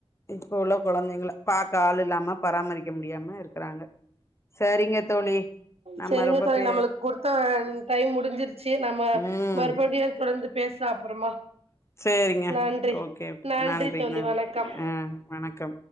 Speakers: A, on the left; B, on the right.
A: இப்ப உள்ள கொழந்தைங்கள பாக்க ஆள் இல்லாம பராமரிக்க முடியாம இருக்கிறாங்க சரிங்க தோழி
B: சரிங்க
A: ரொம்ப
B: தோழி
A: பே
B: நம்மளுக் குடுத்த டைம் முடிஞ்சிருச்சு நம்ம
A: ம்
B: மறுபடியு தொடர்ந்து பேஸ்லா அப்புறமா
A: சேரிங்க
B: நன்றி
A: ஓகே
B: நன்றி தோழி
A: நன்றி
B: வணக்கம்
A: ஆ வணக்கம்